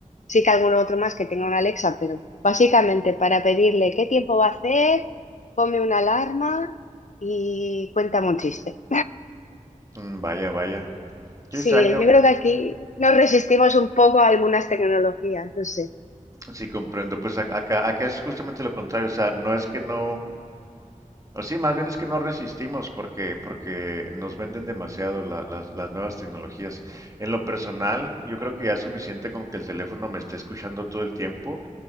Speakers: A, on the left (about 65°); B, on the right (about 25°).
A: Sí que alguno otro más que tenga una Alexa, pero básicamente para pedirle qué tiempo va a hacer, ponme una alarma y cuéntame un chiste.
B: Mm, Vaya, vaya.
A: Sí,
B: Qué extraño,
A: yo creo que aquí nos resistimos un poco a algunas tecnologías, no sé.
B: sí comprendo, pues ac- acá, acá es justamente lo contrario, o sea, no es que no, o sí, más bien es que no resistimos porque, porque nos venden demasiado la- las, las nuevas tecnologías. En lo personal, yo creo que ya es suficiente con que el teléfono me esté escuchando todo el tiempo